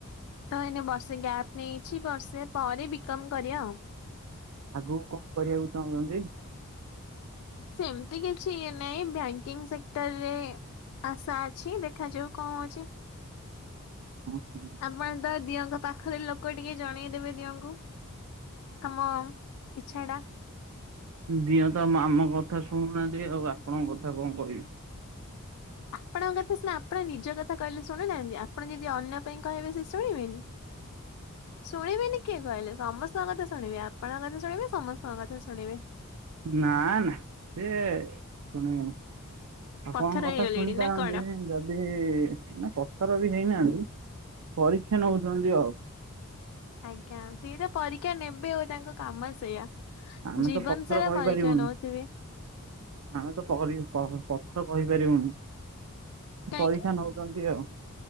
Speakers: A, on the left; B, on the right.
A: ତ ଏଇନେ ବର୍ଷେ ଗ୍ୟାପ ନେଇଛି ବର୍ଷେ ପରେ ବି କମ୍ କରିବା ଆଉ।
B: ଆଗକୁ କଣ କରିବାକୁ ଚାହୁଁଛନ୍ତି?
A: ସେମିତି କିଛି ଇଏ ନାହିଁ ବ୍ୟାଙ୍କିଙ୍ଗ ସେକ୍ଟରରେ ଆଶା ଅଛି ଦେଖାଯାଉ କଣ ହଉଛି।
B: ଉଁ ହୁଁ।
A: <unintelligible> ତ ଦିଅଙ୍କ ପାଖରେ ଲୋକ ଟିକେ ଜଣେଇ ଦେବେ ଦିଅଙ୍କୁ। ଆମ ଇଚ୍ଛାଟା।
B: ଦିଅ ତ ଆମ କଥା ଶୁଣୁନାହାନ୍ତି ଆଉ ଆପଣଙ୍କ କଥା କଣ କହିବି।
A: ଆପଣଙ୍କ କଥା ସିନା ଆପଣ ନିଜ କଥା କହିଲେ ଶୁଣିନାହାନ୍ତି, ଆପଣ ଯଦି ଅନ୍ୟ ପାଇଁ କହିବେ ସେ ଶୁଣିବେନି। ଶୁଣିବେନି କିଏ କହିଲେ ସମସ୍ତଙ୍କ କଥା ଶୁଣିବେ ଆପଣଙ୍କ କଥା ଶୁଣିବେ ସମସ୍ତଙ୍କ କଥା ଶୁଣିବେ।
B: ନା ନା ସେ ଶୁଣିବେନି। ଆପଣଙ୍କ
A: ପଥର
B: କଥା
A: ହେଇଗଲେଣି
B: ଶୁଣିପାରନ୍ତି
A: ନା କଣ
B: ଯଦି ସିଏ ନା ପଥର ବି ହେଇନାହାନ୍ତି, ପରୀକ୍ଷା ନଉଛନ୍ତି ଆଉ।
A: ଆଜ୍ଞା, ସିଏ ତ ପରୀକ୍ଷା ନେବେ ଆଉ ତାଙ୍କ କାମ ସେଇଆ।
B: ଆମେ
A: ଜୀବନ
B: ତ ପଥର
A: ସାରା
B: କହିପାରିବୁନୁ।
A: ପରୀକ୍ଷା ନଉଥିବେ।
B: ଆମେ ତ ପହରି ପ ପଥର କହିପାରିବୁନି।
A: କାହିଁକି
B: ପରୀକ୍ଷା ନଉଛନ୍ତି ଆଉ।